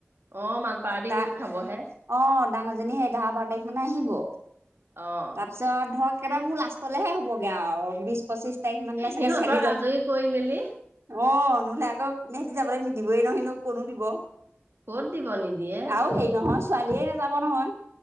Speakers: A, on the right; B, on the right.
A: অ মান পাৰ্টি
B: তাৰ
A: গোট খাবহে।
B: অ ডাঙৰজনী সে এঘাৰ বাৰ তাৰিখ মানে আহিব।
A: অঁ।
B: পিছত ধৰক একেবাৰে মোৰ লাষ্টলেহে হ'বগে আৰু বিশ পঁচিশ তাৰিখ মানিলে চাগে
A: সিহঁতক
B: চেলি যাব
A: আজৰি কৰি মেলি
B: অঁ নহলে আকৌ সিহেঁতি যাবলৈ নিদিবৈ নহয়নো ক'তনো দিব।
A: ক'ত দিব নিদিয়ে।
B: আৰু হেই নহয় ছোৱালীয়েই নাযাব নহয়।